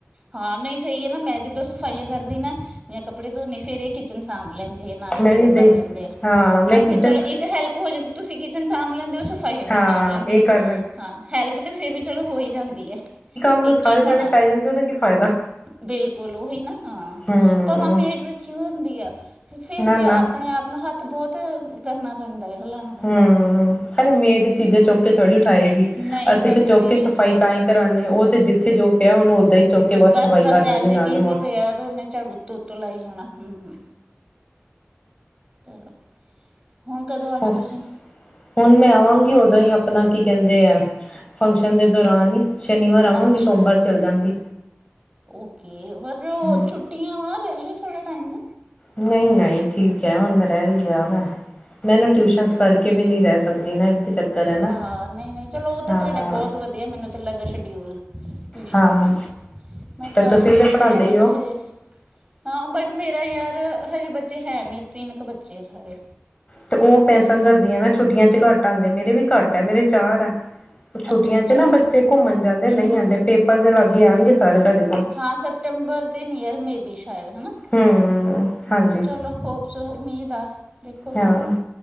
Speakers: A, on the right; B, on the left.
A: ਹਾਂ ਨਹੀਂ ਸਹੀ ਹੈ ਨਾ, ਮੈਂ ਜਿੱਦੋਂ ਸਫਾਈਆਂ ਕਰਦੀ ਨਾ ਯਾਂ ਕੱਪੜੇ ਧੋਣੇ ਫੇਰ ਇਹ ਕਿਚਨ ਸਾਂਭ ਲੈਂਦੇ ਆ। ਨਾਸ਼ਤੇ
B: ਮੈਂ ਵੀ
A: ਦਾ
B: ਏਦਾਂ
A: ਕਰ
B: ਹੀ
A: ਲੈਂਦੇ ਆ ਹੈਨਾ
B: ਹਾਂ ਮੈਂ ਕਿਚਨ
A: ਫਿਰ ਚਲੋ ਇੱਕ ਹੈਲਪ ਹੋ ਜਾਂਦੀ ਤੁਸੀਂ ਕਿਚਨ ਸਾਂਭ ਲੈਂਦੇ ਹੋ ਸ ਫਾਈਆਂ ਦਾ
B: ਹਾਂ
A: ਸਾਂਭ ਲੈਂਦੇ
B: ਇਹ ਕਰ
A: ਹਾਂ ਹੈਲਪ ਤਾਂ ਫਿਰ ਵੀ ਚਲੋ ਹੋ ਹੀ ਜਾਂਦੀ ਹੈ।
B: ਉਹਨੂੰ
A: ਇੱਕ
B: ਸਾਰੇ
A: ਹੀ
B: ਜਾਣੇ
A: ਹੋਣਾ
B: ਪੈ ਜਾਣਗੇ ਉਹਦੇ ਕੀ ਫਾਇਦਾ
A: ਬਿਲਕੁਲ ਉਹੀ ਨਾ ਹਾਂ।
B: ਹਮ
A: ਭਾਵਾਂ ਮੇਡ ਰੱਖੀ ਹੁੰਦੀ ਆ, ਤੇ ਫੇਰ
B: ਨਾ ਨਾ
A: ਵੀ ਆਪਣੇ ਆਪ ਨੂੰ ਹੱਥ ਤੇ ਬਹੁਤ ਕਰਨਾ ਪੈਂਦਾ ਹੈ ਹਲਾਉਣਾ ਪੈਂਦਾ।
B: ਹਮ ਅਰੇ ਮੇਡ ਚੀਜ਼ਾਂ ਚੁੱਕ ਕੇ ਥੋੜ੍ਹੀ ਕਰਾਏਗੀ
A: ਨਹੀਂ
B: ਅਸੀਂ
A: ਕਰਦੀ
B: ਤੇ ਚੁੱਕ
A: ਸੀਰੀਅਸਲੀ
B: ਕੇ ਸਫ਼ਾਈ ਤਾਂ ਹੀ ਕਰਾਉਦੇ ਉਹ ਤੇ ਜਿੱਥੇ ਜੋ ਪਿਆ ਉਹਨੂੰ ਓਦਾਂ ਹੀ ਚੁੱਕ ਕੇ
A: ਬਸ
B: ਸਫ਼ਾਈ
A: ਬਸ
B: ਕਰ
A: ਐਜ
B: ਦਿੰਦੇ
A: ਇਟਜ਼
B: ਨਾਲ ਹੀ
A: ਪਿਆ ਤੇ ਉਹਨੇ ਝਾੜੂ ਉਤੋਂ ਉਤੋਂ ਲਾਈ ਜਾਣਾ ਹਮ। ਚਲੋ, ਹੁਣ ਕਦੋਂ ਆਉਣਾ
B: ਹਮ
A: ਤੁਸੀਂ?
B: ਹੁਣ ਮੈਂ ਆਵਾਂਗੀ ਉਦੋ ਹੀ ਆਪਣਾ ਕੀ ਕਹਿੰਦੇ ਆ ਫੰਕਸ਼ਨ ਦੇ ਦੌਰਾਨ ਹੀ। ਸ਼ਨੀਵਾਰ ਆਵਾਂਗੀ
A: ਅੱਛਾ
B: ਸੋਮਵਾਰ ਚੱਲ ਜਾਂਗੀ।
A: ਓਕੇ ਪਰ ਉਹ
B: ਹੂੰ
A: ਛੁੱਟੀਆਂ ਵਾ ਰਿਹ ਲੇ ਥੋੜ੍ਹਾ ਟਾਈਮ
B: ਨਹੀਂ ਨਹੀਂ ਠੀਕ ਹੈ, ਹੁਣ ਮੈਂ ਰਹਿ ਹੀ ਲਿਆ ਵਾ। ਮੈਂ ਨਾ ਟਿਊਸ਼ਨਸ ਕਰਕੇ ਵੀ ਨਹੀਂ ਰਹਿ ਸਕਦੀ ਨਾ ਇਹ ਤਾਂ ਚੱਕਰ ਹੈ ਨਾ
A: ਹਾਂ ਨਹੀਂ ਨਹੀਂ ਚਲੋ ਉਹ ਤਾਂ
B: ਹਾਂ।
A: ਤੁਹਾਡਾ ਬਹੁਤ ਵਧੀਆ ਮੈਨੂੰ ਤਾਂ ਲੱਗਾ ਸ਼ਡਿਊਲ। ਟਿਊਸ਼ਨ
B: ਹਾਂ
A: ਦਾ ਮੈਂ ਤੇ
B: ਤੁਸੀਂ
A: ਆਪ
B: ਵੀ
A: ਕੀਤੀ
B: ਤਾਂ ਪੜ੍ਹਾਉਂਦੇ
A: ਆ
B: ਹੀ
A: ਬਟ
B: ਹੋ
A: ਹਜੇ ਹਾਂ ਬਟ ਮੇਰਾ ਯਾਰ ਹਜੇ ਬੱਚੇ ਹੈ ਨੀ ਤਿੰਨ ਕੁ ਬੱਚੇ ਆ ਸਾਰੇ
B: ਤੇ ਉਹ ਪੈ
A: ਮੇਰੇ
B: ਤਾਨੂੰ ਦੱਸਦੀਆਂ ਨਾ ਛੁੱਟੀਆਂ ਚ ਘੱਟ ਆਉਂਦੇ ਮੇਰੇ ਵੀ ਘੱਟ ਮੇਰੇ ਚਾਰ ਆ। ਛੁੱਟੀਆਂ
A: ਅੱਛਾ ਅੱਛਾ
B: ਚ ਨਾ ਬੱਚੇ ਘੁੰਮਣ ਜਾਂਦੇ
A: ਹੂੰ
B: ਨਹੀਂ
A: ਹੂੰ
B: ਆਉਂਦੇ ਪੇਪਰ ਦੇ ਲਾਗੇ ਆਉਣਗੇ ਸਾਰੇ ਤੁਹਾਡੇ ਕੋਲ।
A: ਹਾਂ ਸੈਪਟੈਂਬਰ ਦੇ ਨਿਅਰ ਮੇਬੀ ਸ਼ਾਇਦ ਹੈ ਨਾ।
B: ਹੂੰ
A: ਹਮ
B: ਹਾਂਜੀ
A: ਚਲੋ ਹੋਪ ਸੋ ਉਮੀਦ ਆ ਦੇਖੋ
B: ਹਾਂ
A: ਹੁਣ।